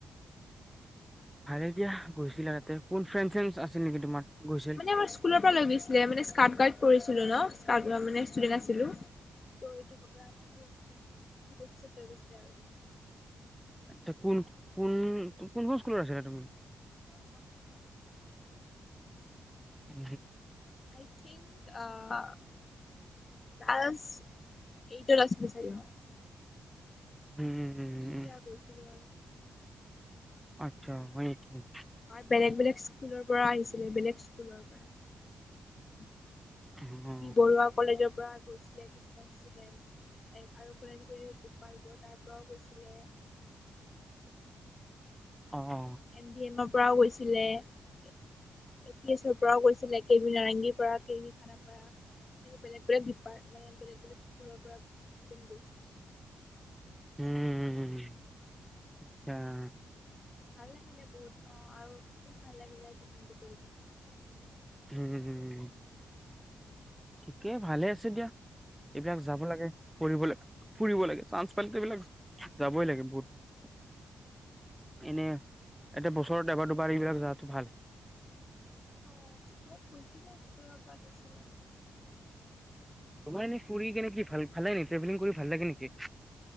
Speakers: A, in the centre; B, on the left.
A: ভালে দিয়া গৈছিলা তাতে কোন ফ্ৰেণ্ড চ্ৰ আছিল নেকি তোমাৰ গৈছিল।
B: মানে আমাৰ স্ুলৰ পৰা লৈছিলোনে স্কাউট গাৰ্ড কৰিছিল ছিল ন স্্াৰ মানে ষ্টুডেণ্ট আছিলোঁ ত' এইটো কপৰা বেিছৈ গৈছিলে আৰু
A: আচ্ছা কোন কোন কোন কোন স্কুলত আছিলা তুমি উ
B: আই থিংক ক্লাছ এইটৰ আছিলে চাগে
A: উম
B: এতিয়া গৈছিলো আৰু
A: আচ্ছা হয় ঠিক
B: বেলেগ বেলেগ স্কুলৰ পৰা আহিছিলে বেলেগ স্কুলৰ পৰা
A: অ
B: বি বৰুৱা কলেজৰ পৰা কৰিছিলে কিছুমান আৰু কৰি কপালব তাৰ পৰাও গৈছিলে
A: অ অ
B: এম বি এমৰ পৰাও গৈছে এ পি এছৰ পৰাও কৈছিলে কে বি নাৰেংগীৰ পৰাাৰ কে বি খানাপাৰা এনেকৈ বেলেগ বেলেগ ডিপাৰ্ মানে বেলেগ বেলেগ স্কুলৰ পৰাছিল
A: উম হ আচছা
B: ভাল নিল বত অ আৰু খব ভাল লাগিলে যে কিন্তটো কৰি
A: উম উম িকে ভালে আছে দিয়া এইবিলাক যাব লাগে ফুৰিবলৈ ফুৰিব লাগে চানস পাল এইবিলাক যাবই লাগে বহুত এনে এটা বছৰত এবাৰ দুবাৰ এইবিলাক যো ভাল
B: আহ স্কুলত গৈছিলো স্কুলত বান দিছিলে
A: তোমাৰ এনে ফু কেনেি ভাল ভালে নে ট্ৰেভেলিং কৰি ভাল লাগে নেকি